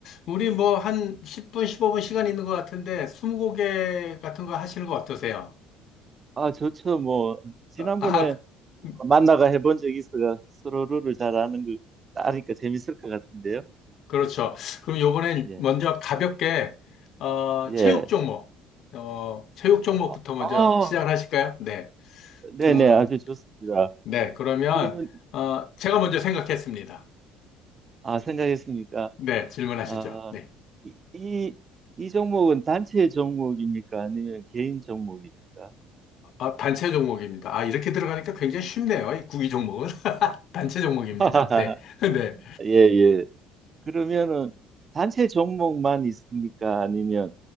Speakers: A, on the left; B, on the right.
A: 우리 뭐 한 10분, 15분 시간 있는 것 같은데 스무고개 같은 거 하시는 거 어떠세요?
B: 아, 좋죠. 뭐, 지난번에
A: 아, 그- 음,
B: 만나가 해본 적이 있어가 서로를 잘 아는 거, 아니까 재밌을 것 같은데요.
A: 그렇죠. 그럼 요번엔
B: 예,
A: 먼저 가볍게 어,
B: 예.
A: 체육 종목, 어, 체육 종목부터
B: 아,
A: 먼저
B: 아,
A: 시작을 하실까요? 네.
B: 네네,
A: 음,
B: 아주 좋습니다.
A: 네. 그러면
B: 그러면,
A: 어, 제가 먼저 생각했습니다.
B: 아, 생각했습니까?
A: 네, 질문하시죠.
B: 아,
A: 네.
B: 이, 이, 이 종목은 단체 종목입니까? 아니면 개인 종목입니까?
A: 아, 단체 종목입니다. 아, 이렇게 들어가니까 굉장히 쉽네요. 이 구기 종목은 <laughs> 단체 종목입니다.
B: <laughs>
A: 네. <laughs> 네.
B: 예, 예. 그러면은 단체 종목만 있습니까? 아니면